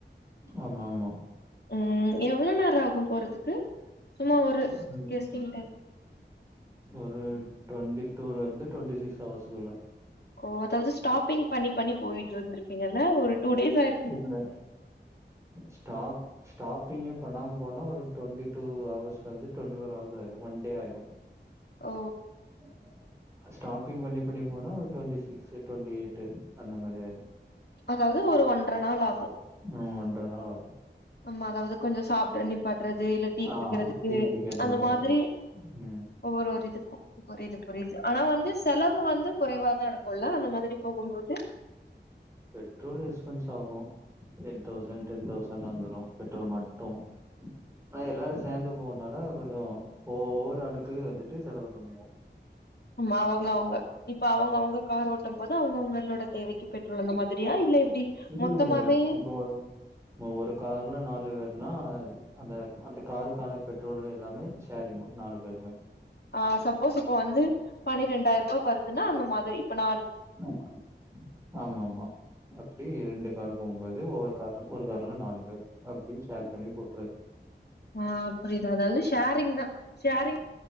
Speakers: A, on the right; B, on the left.
A: ஆ மா மா
B: ம் எவ்ளோ நேர ஆகு போறதுக்கு சும்மா ஒரு
A: உம்
B: கெஸ்டிங் டைம்
A: ஒரு டுவெண்டி டூல இருந்து டுவெண்ட்டி சிக்ஸ் ஹவர்ஸ்க்குள்ள
B: ஓ அதாவது ஸ்டாப்பிங் பண்ணி பண்ணி போய்ட்டு இருந்திருங்க்கீங்கல்ல ஒரு டூ டேஸ் ஆயிரு
A: இல்ல ஸ்டாப் ஸ்டாப்பிங்கே பண்ணாம போனா ஒரு twenty two hours twenty four hours ஆய்ரு ஒன்டே ஆய்ரு
B: ஓ
A: இப்பமா ஸ்டாப்பிங் பண்ணி பண்ணி போனா ஒரு டுவெண்டி சிக்ஸ் டுவெண்டி எய்ட்டு அந்த மாரி ஆய்டு
B: அதாவது ஒரு ஒன்ற நாள் ஆகு
A: நா ஒன்ற நாள் ஆகு
B: ஆமா அதாவது கொஞ்சோ சாப்ட நிப்பாட் றது இல்ல டீ
A: ஆ
B: குடிக்கிறதுக்கு
A: டீ குடிக்கிறது
B: அந்த மாதிரி
A: அப்படி. ம்.
B: ஒவ்வொரு ஒரு இதுக்கு புரியுது புரியுது ஆனா வந்து செலவு வந்து குறைவாதா இருக்குல்ல அந்த மாதிரி போகுபோது
A: பெட்ரோல் எஸ்பென்ஸ் ஆகு எயிட் தௌசண்ட் டென் தௌசண்ட் வந்துரு பெட்ரோல் மட்டு ஆ எல்லாரு சேர்ந்து போகனால கொஞ்சோ ஒவ்வொரு ஆளுக்கு வந்துட்டு செலவு கம்மியாகு
B: ஆமா அவங்க அவங்க இப்ப அவங்க அவங்க கார் ஓட்ட போது அவங்கவுங்களோட தேவைக்கு பெட்ரோலந்த மாதிரியா இல்ல எப்டி
A: இல்ல
B: மொத்தமாவே
A: இல்ல இல்ல. இப்போ ஒரு ஒரு கார்ல நாலு பேர்னா அந்த அந்த காருக்கான பெட்ரோல் எல்லாமே ஷாரீங்கு நாலு பேருமே
B: ஆ சப்போஸ் இப்ப வந்து பன்னிரெண்டாயிருபா வருதுன்னா அந்த மாதிரி இப்ப நா
A: முக் ஆமா மா அப்டி இரண்டு கார் போம்போது ஒவ்வொரு கார் ஒரு கார்ல நாலு பேர் அப்டி ஷேர் பண்ணி போட்ரது
B: ஆ புரியுது அதாவது ஷேரிங் தா ஷேரிங்